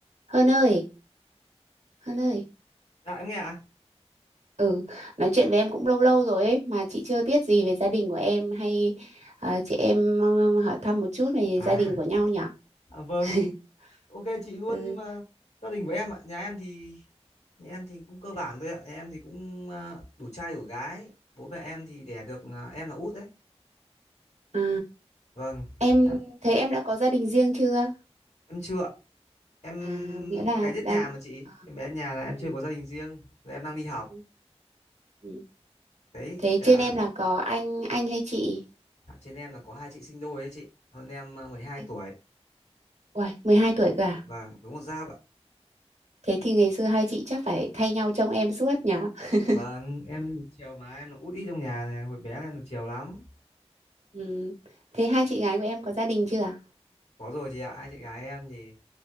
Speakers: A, on the right; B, on the left.
A: hơn ơi, hơn ơi,
B: Dạ em nghe ạ.
A: ừ, nói chuyện với em cũng lâu lâu rồi ấy, mà chị chưa biết gì về gia đình của em hay à, chị em ừ, hỏi thăm một chút về
B: À,
A: gia đình của nhau nhỉ?
B: à vâng.
A: <laughs>
B: Ok chị luôn
A: Ừ,
B: nhưng mà gia đình của em ạ, nhà em thì nhà em thì cũng cơ bản thôi ạ. Nhà em thì cũng ờ, đủ trai đủ gái. Bố mẹ em thì đẻ được ờ, em là út đấy.
A: à,
B: Vâng.
A: em
B: Dạ.
A: thế em đã có gia đình riêng chưa?
B: Em chưa. ạ. Em
A: À, nghĩa là
B: bé nhất
A: đang
B: nhà mà chị.
A: ờ,
B: Em bé nhà là em
A: ừ,
B: chưa có gia đình riêng. Rồi em đang đi học.
A: ừ, ừ.
B: Đấy,
A: Thế
B: dạ.
A: trên em là có anh anh hay chị?
B: trên em là có hai chị sinh đôi đấy chị. Hơn em ờ, 12
A: Anh-
B: tuổi.
A: Uầy, 12 tuổi cơ à?
B: Vâng, đúng một giáp ạ.
A: Thế thì ngày xưa hai chị chắc phải thay nhau trông em suốt nhỉ? <laughs>
B: Vâng, em được chiều mà em là út ít trong nhà này, hồi bé là em được chiều lắm.
A: Ừ. Thế hai chị gái của em có gia đình chưa?
B: Có rồi chị ạ, hai chị gái em thì